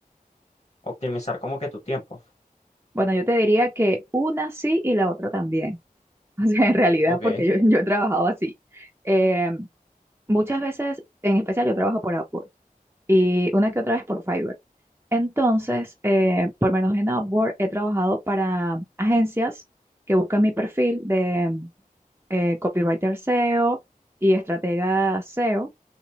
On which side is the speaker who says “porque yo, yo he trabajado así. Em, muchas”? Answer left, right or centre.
Right